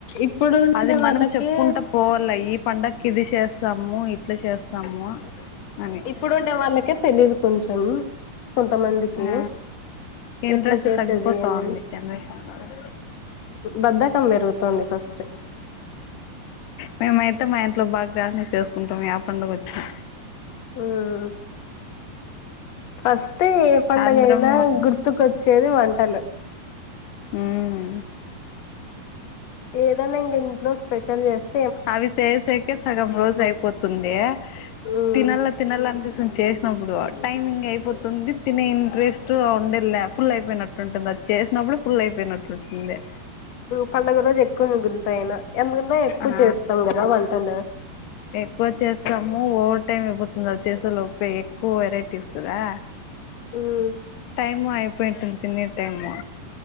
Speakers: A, on the left; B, on the left.
A: ఇప్పుడు ఉండే
B: అది మనం
A: వాళ్ళకే
B: చెప్పుకుంటా పోవాల ఈ పండక్కి ఇది చేస్తాము ఇట్లా చేస్తాము అని
A: ఇప్పుడుండే వాళ్ళకే తెలీదు కొంచం కొంతమందికి
B: ఆ ఇంట్రెస్ట్
A: ఎట్లా చేసేది
B: తగ్గిపోతా
A: ఏమని
B: ఉంది జనరేషన్లో
A: బద్దకం పెరుగుతుంది ఫస్ట్
B: మేమైతే మా ఇంట్లో బా గ్రాండ్ గా చేసుకుంటాం ఏ పండుగ వచ్చిన
A: ఆ ఫస్ట్ ఏ పండగైనా
B: సాయంత్రం
A: గుర్తుకొచ్చేది వంటలు
B: హ అ
A: ఏదన్నా ఇంకా ఇంట్లో స్పెషల్ చేస్త
B: అవి చేసేకే సగం రోజు అయిపోతుంది
A: మ్మ్
B: తినల్లా తినాలనిపిస్తుంది చే ప్పుడు టైమింగ్ అయిపోతుంది తినే ఇంట్రెస్ట్ ఉండే లే ఫుల్ అయిపోయినట్టుంటుంది అది చేసిన ప్పు కూడా ఫుల్ అయిపోయంట్లుంది
A: పండుగ రోజు ఎక్కువ మిగులుతాయనా ఎందుకంట ఎక్కువ
B: ఆ
A: చేస్తాం కదా వంటలు
B: ఎక్కువ చేస్తాము ఓవర్ టైమ్ అయిపోతుంది అది చేసేలోపే ఎక్కువ వెరైటీస్ కదా
A: మ్మ్
B: టైము అపోయేంటుంది తినె టైము